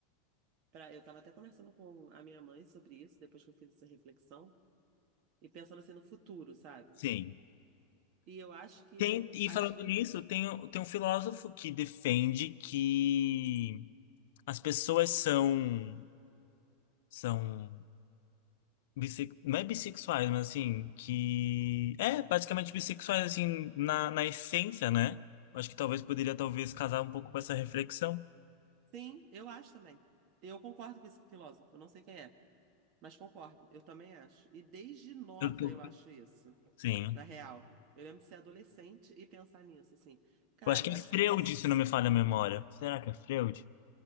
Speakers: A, on the right; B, on the left.
A: para. Eu estava até conversando com a minha mãe sobre isso, depois que eu fiz essa reflexão, e pensando assim no futuro, sabe?
B: sim.
A: E eu acho que
B: Tem, e
A: a
B: falando
A: gente.
B: nisso, tem, tem um filósofo que defende que as pessoas são, são bisse- não é bissexuais, mas assim, que é basicamente bissexuais, assim, na, na essência, né? Eu Acho que talvez poderia, talvez, casar um pouco com essa reflexão.
A: Sim, eu acho também. Eu concordo com esse filósofo, não sei quem é, mas concordo, eu também acho. E desde nova
B: Eu tô-
A: eu acho isso,
B: Sim.
A: na real. Eu lembro de ser adolescente e pensar nisso, assim. Cara,
B: Eu acho que
A: eu acho
B: é Freud,
A: que não é esse.
B: se não me falha a memória. Será que é Freud?